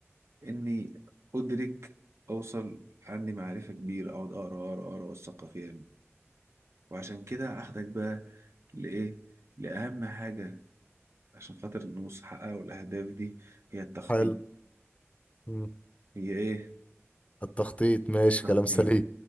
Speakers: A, on the right; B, on the left.
A: اني ادرك اوصل عندي معرفة كبيرة اقعد اقرا اقرا اقرا اوثقها فيها وعشان كده اخدك بقى لايه لاهم حاجة عشان خاطر نوصل نحقق الاهداف دي هي التخطيط
B: حلو مم.
A: هي ايه
B: التخطيط ماشي
A: التخطيط
B: كلام سليم